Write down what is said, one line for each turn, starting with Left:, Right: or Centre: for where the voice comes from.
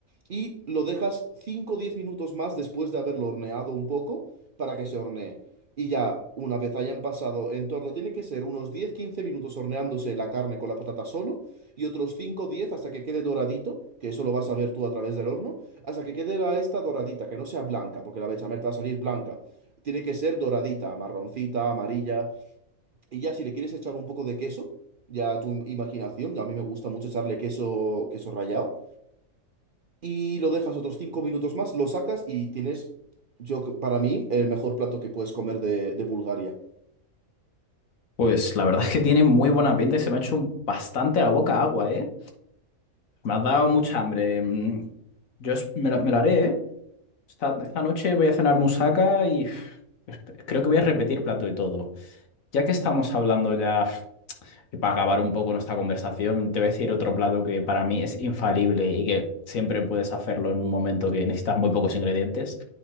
Right: y lo dejas 5 o 10 minutos más después de haberlo horneado un poco para que se hornee. Y ya, una vez hayan pasado en torno, tiene que ser unos 10 quince minutos horneándose la carne con la patata solo y otros 5 diez hasta que quede doradito, que eso lo vas a ver tú a través del horno, hasta que quede la esta doradita, que no sea blanca, porque la bechamel te va a salir blanca. Tiene que ser doradita, marroncita, amarilla. Y ya si le quieres echar un poco de queso, ya a tu imaginación, a mí me gusta mucho echarle queso, queso rallado y lo dejas otros 5 minutos más, lo sacas y tienes, yo para mí, el mejor plato que puedes comer de, de Bulgaria.
Left: Pues la verdad es que tiene muy buena pinta y se me ha hecho bastante la boca agua, ¿eh? Me has dado mucha hambre. Mm, Yo es- me lo, me lo haré, ¿eh? Esta, esta noche voy a cenar musaca y uf, esp- creo que voy a repetir plato y todo. Ya que estamos hablando ya, uf, y para acabar un poco nuestra conversación, te voy a decir otro plato que para mí es infalible y que siempre puedes hacerlo en un momento que necesitas muy pocos ingredientes,